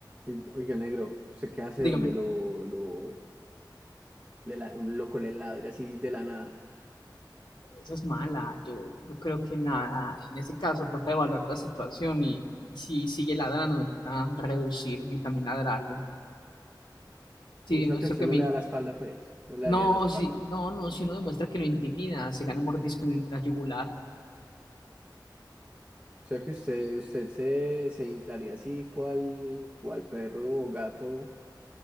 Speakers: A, on the right; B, on the left.
A: Ey, Oiga, negro, ¿usted qué hace
B: Dígame.
A: donde lo, lo, le la- un loco le ladre así de la nada?
B: Esa es mala. Yo, yo creo que nada. En ese caso, trata de evaluar la situación y, y si sigue ladrando, me toca reducirme y también ladrarle. Si
A: O
B: demuestro
A: sea que usted
B: que
A: no
B: me.
A: le da la espalda, pues, no le daría
B: No,
A: la espalda.
B: si, no, no, si no demuestra que lo intimida, se gana un mordisco en el- la yugular.
A: O sea que usted, usted se, se inflaría así, cual, cual perro o gato,